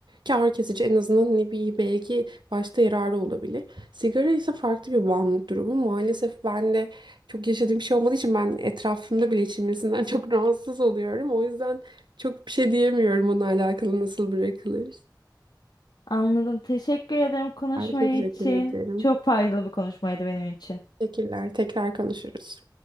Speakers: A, on the right; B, on the left.
A: Kâr kesici en azından ne bir belki başta yararı olabilir. Sigara ise farklı bir bağımlılık durumu. Maalesef ben de çok yaşadığım bir şey olmadığı için ben etrafımda bile içilmesinden çok <laughs> rahatsız oluyorum. O yüzden çok bir şey diyemiyorum bununla alakalı nasıl bırakılır.
B: Anladım. Teşekkür ederim konuşmayı
A: Ben teşekkür
B: için.
A: ederim.
B: Çok faydalı bir konuşmaydı benim için.
A: Teşekkürler. Tekrar konuşuruz.